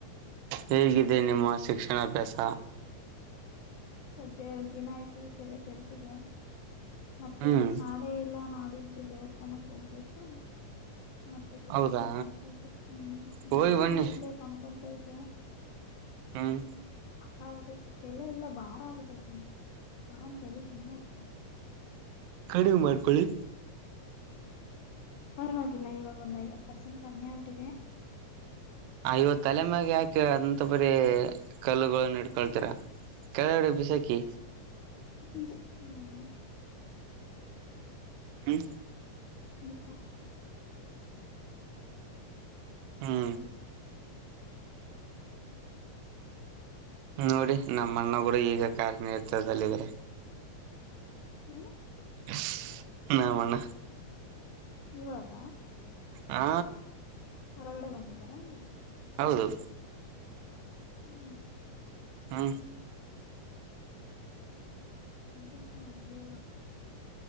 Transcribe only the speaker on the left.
ಸದ ಎರಡು ದಿನ ಆಯ್ತು ಎಲ್ಲ ಕೆಡ್ತಿದೆ ಮತ್ತೆ
ನಾಡೇ ಇಲ್ಲ ನಾಡಿದ್ದ ತು ದೇಸ್ಥಾನ ಕೊೋಗಬು ಎಟ್ಟು ಮತ್ತೆ ಕುತ್ಕೋಬೇಕಕ್ಂಾಗಿ
ಹ್ಮ್
ನಾಳೇನೆ
ಹೋಗ್ಬೇಕಕ್ ಅನ್ಕೊಂತ ಇದೆ ಕ
ಹಗಟೆ ತೆಲ ಎಲ್ಲ ಬಾಳ ಬಟೈತ ನಿಮಗೆ ಮರಾಮಂತಲಿಿ ತಿನ್ನ ಹಚ್ಬೇಕು
ಪರವಾಗಿಲ್ಲ ಇವಾಗ ಒಂದ್ ಐವತ್ ಪರ್ಸೆಂಟ್ ಕಮ್ಮಿ ಔಟ್ಿದೆ
ಹ್ಮ ಹ್ಮ್
ಮಸತಿ
ಹ್ಮ
ಇವಾಗ
ಹೊರಗಡೆ ಬಂದಿದ್ದಾರೆಾ ಹೆಗೆ
ಹ್ಮ್
ಇ ಒಂದೇ ಬ